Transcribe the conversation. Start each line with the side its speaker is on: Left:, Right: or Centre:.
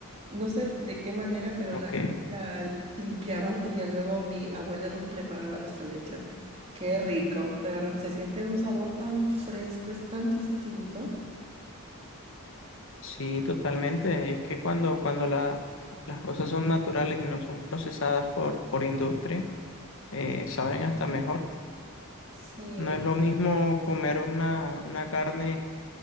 Right: no sé de qué manera, pero
Left: ok.
Right: la, la limpiaban y ya luego mi abuela nos preparaba nuestra leche. Qué rico, de verdad, se siente un sabor tan fresco, es tan distinto.
Left: Sí, totalmente. Es que cuando, cuando la- las cosas son naturales y no son procesadas por, por industria, eh, saben hasta mejor.
Right: Sí.
Left: No es lo mismo comer una, una carne,